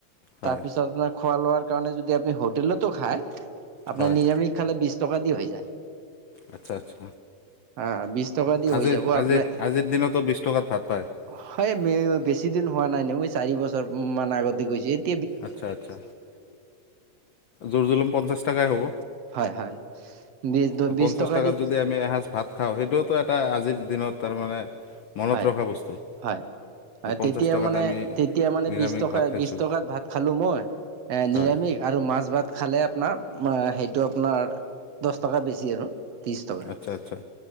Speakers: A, on the left (about 80°); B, on the right (about 60°).
A: হয়
B: তাৰপিছত আপোনাৰ খোৱা লোৱাৰ কাৰণে যদি আপুনি হোটেলতো খায় আপোনাৰ
A: হয়
B: নিৰামিষ খালে বি টকা দি হৈ যায়।
A: আচ্ছা আচ্ছা
B: অ বিশ টকা দি
A: আজিৰ
B: হৈ যাব
A: আজি
B: আপোনাৰ
A: আজিৰ দিনতো বিছ টকাত ভাত পায়
B: হয় মে
A: এই মোৰ বেছি দিন হোৱা নাই নহয় চাৰি বছৰ মান আগতে গৈছে এতিয়া বিশ টকাৰ জেগাত ত্ৰিশ টকাই
B: বছিদিন হোৱা নাই নাই মই চাৰি বছৰমান আগতে গৈছিল
A: আচ্ছা আচ্ছা জোৰ জুলুম পঞ্চাছ টাকাই হ'ব
B: হয় হয় বিশ
A: তো
B: বিশছ
A: পঞ্চাছ
B: টকা
A: টকাত
B: দি
A: যদি আমি এসাঁজ ভাত খাওঁ সেইটোওতো এটা আজিৰ দিনত তাৰমানে মনত
B: হয়
A: ৰখা বস্তু
B: হয় হয়
A: পঞ্চাছ
B: তেতিয়া
A: টকাত
B: মানে
A: আমি
B: তেতিয়া মানে
A: নিৰামিষ
B: বিশ টকা
A: ভাত খাইছোঁ।
B: বিশ টকাত ভাত খাল মই এ নিৰামিষ
A: হয়
B: আৰু মাছ ভাত খ খালে আপোনাৰ সেইটো আপোনাৰ দহ টকা বেছি আৰু ত্ৰিশ টকা
A: আচ্ছা আচ্ছা